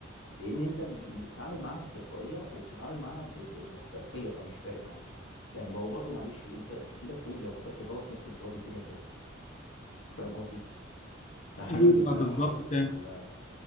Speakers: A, on the left; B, on the left.
A: لان انت بتتعامل معاها بتلقائيه وبتتعامل معاها ب... ب... باحترافيه فمش فارق معاك يعني ما هو برضو معلش انت تحت ايدك كود لو كتبته غلط ممكن تودي الدنيا في داهيه فاهم قصدي احيانا
B: ايوه
A: بيبقى
B: بالظبط
A: حرف
B: فعلا
A: ولا